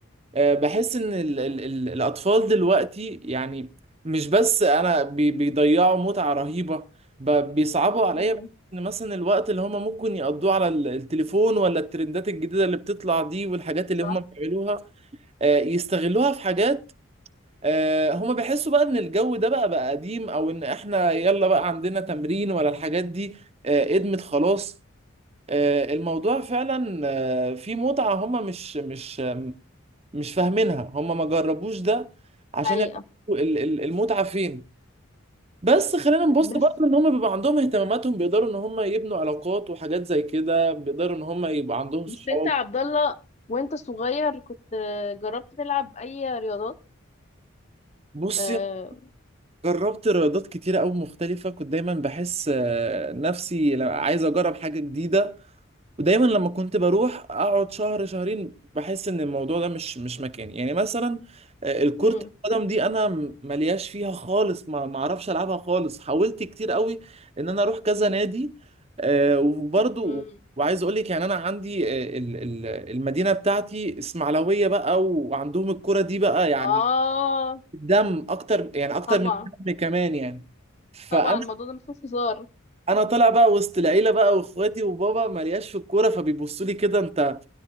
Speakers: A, on the right; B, on the left.
A: آه، بحس ان ال ال ال الاطفال دلوقتي يعني مش بس انا بي بيضيعوا متعة رهيبة ب- بيصعبوا عليا
B: مم.
A: بحس ان مثلا الوقت اللي هم ممكن يقضوه على ال- التليفون ولا الترندات الجديدة اللي بتطلع دي والحاجات اللي
B: صح
A: هم بيعملوها آه، يستغلوها في حاجات آه، هم بيحسوا بقى ان الجو ده بقى بقى قديم او ان احنا يلا بقى عندنا تمرين ولا الحاجات دي آه، قدمت خلاص آه، الموضوع فعلا آه، فيه متعة هم مش مش مش فاهمينها هم ما جربوش ده عشان
B: حقيقة
A: يعرفوا ال- ال- المتعة فين بس خلينا نبص
B: بس
A: برضه ان هم بيبقى عندهم اهتماماتهم بيقدروا ان هم يبنوا علاقات وحاجات زي كده بيقدروا ان هم يبقى عندهم
B: بس
A: صحاب
B: أنت يا عبد الله وأنت صغير كنت جربت تلعب أي رياضات
A: بصي
B: آه.
A: جربت رياضات كتيرة أوي مختلفة كنت دايما بحس آه، نفسي لا- عايز أجرب حاجة جديدة ودايما لما كنت بروح اقعد شهر شهرين بحس ان الموضوع ده مش مش مكاني يعني مثلا آه، الكرة
B: مم.
A: القدم دي انا م- ملياش فيها خالص ما ما اعرفش العبها خالص حاولت كتير قوي ان انا اروح كذا نادي آه، وبرضو
B: مم.
A: وعايز اقول لك يعني انا عندي آه، ال- ال- المدينة بتاعتي اسماعيلوية بقى وعندهم الكرة دي بقى يعني
B: آه
A: الدم اكتر يعني اكتر
B: طبعا
A: من الدم كمان يعني فانا
B: طبعا الموضوع ده مفيهوش هزار
A: انا طالع بقى وسط العيله بقى واخواتي وبابا ملياش في الكوره فبيبصوا لي كده انت